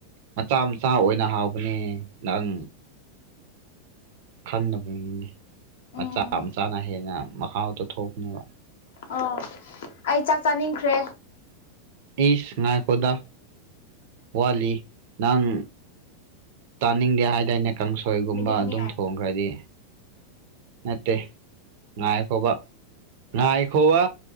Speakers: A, on the right; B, on the left.
A: ꯃꯆꯥ ꯃꯆꯥ ꯑꯣꯏꯅ ꯍꯥꯎꯕꯅꯦ ꯅꯪ ꯈꯪꯗꯅꯕꯅꯤꯅꯦ ꯃꯆꯥ
B: ꯎꯝ
A: ꯃꯆꯥꯅ ꯍꯦꯟꯅ ꯃꯍꯥꯎꯗꯣ ꯊꯣꯛꯅꯦꯕ
B: ꯑꯣ ꯑꯩ ꯆꯥꯛ ꯆꯥꯅꯤꯡꯈ꯭ꯔꯦ
A: ꯏꯁ ꯉꯏꯀꯣꯗꯥ ꯋꯥꯂꯤ ꯅꯪ ꯇꯥꯅꯤꯡꯗꯦ ꯍꯥꯏꯗꯥꯅꯦ ꯀꯥꯡꯁꯣꯏꯒꯨꯝꯕ
B: ꯃꯤꯅꯤꯠ
A: ꯑꯗꯨꯝ
B: ꯑꯅꯤ ꯉꯥꯏ
A: ꯊꯣꯡꯈ꯭ꯔꯗꯤ ꯅꯠꯇꯦ ꯉꯥꯏꯈꯣꯕ ꯉꯥꯏꯈꯣꯕ